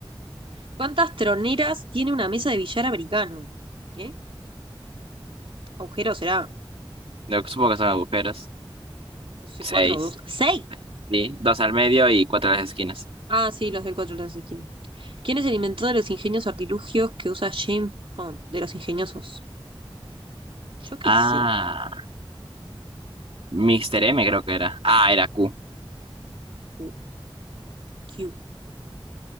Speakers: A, on the right; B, on the right.
A: ¿Cuántas troneras tiene una mesa de billar americano? ¿Eh? ¿Agujero será?
B: Lo que supongo que son agujeros.
A: No sé,
B: Seis.
A: cuatro o dos. ¡Seis!
B: ¿sí? Dos al medio y cuatro a las esquinas.
A: Ah, sí, los del cuatro, los de las esquinas. ¿Quién es el inventor de los ingenios artilugios que usa James Bond? De los ingeniosos. Yo qué
B: Ah.
A: sé.
B: Mister M creo que era. Ah, era Q.
A: Q, Q.